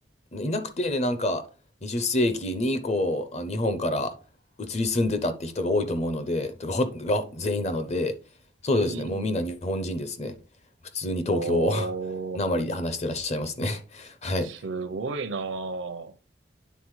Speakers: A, on the left; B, on the right.
A: たいなくて、で、なんか、20世紀に、こう、あ日本から移り住んでたって人が多いと思うので、とか、ほ、が全員なので、そうですね、
B: い。うんうん。
A: もうみんな日本人ですね。普通に東京
B: おー。
A: <laughs> なまり <laughs> で話してらっしゃいますね。<laughs> はい。
B: すごいなぁ。